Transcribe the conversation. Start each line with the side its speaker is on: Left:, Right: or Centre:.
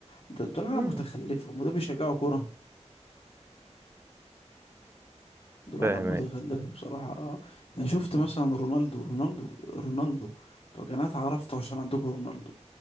Left: ده- دول عالم
Right: مم.
Left: متخلفه هم دول بيشجعوا كوره دول
Right: فاهم
Left: عالم
Right: يعني
Left: متخلفه بصراحه انا شفت مثلا رونالدو رونالدو رونالدو انتوا يا جماعه اتعرفتوا عشان عندكم رونالدو